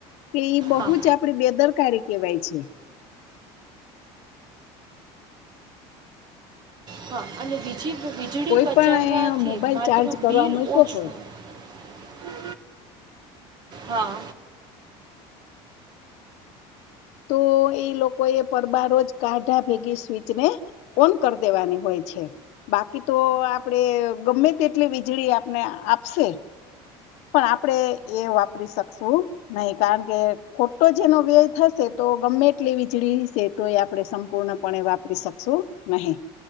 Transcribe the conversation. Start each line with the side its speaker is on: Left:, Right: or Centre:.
Left: કે ઈ બહુ
Right: હા
Left: જ આપડી બેદરકારી કેવાય છે
Right: હા અને બીજી વીજળી
Left: કોઈ
Right: બચાવવાથી
Left: પણ મોબાઈલ
Right: માત્ર
Left: ચાર્જ કરવા
Right: બિલ
Left: મૂક્યો
Right: ઓછું
Left: હોય
Right: હા
Left: તો એ લોકો એ પરબ રોજ કાઢા ભેગી સ્વીચને ઓન કરી દેવાની હોય છે બાકી તો આપણેે ગમે તેટલી વીજળી આપને આપશે પણ આપણે એ વાપરી શકશું નહીં કારણ કે ખોટો જેનો વ્યય થશે તો ગમેટલી વીજળી છે તો એ આપણે સંપૂર્ણપણે વાપરી શકશું નહીં